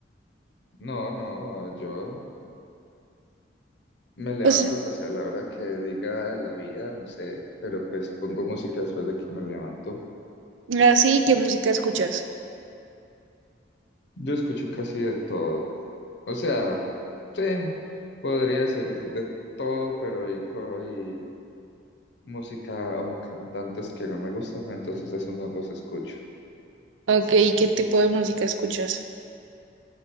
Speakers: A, on the left; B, on the right.
A: No, no, yo me levanto
B: O sea,
A: pues a la hora que diga la vida, no sé, pero pues pongo música después de que me levanto.
B: así, ¿qué música escuchas?
A: Yo escucho casi de todo. O sea, sí, podría decir de todo, pero hay, co- hay música o cantantes que no me gustan, entonces eso no los escucho.
B: Ok, ¿y ¿qué tipo de música escuchas?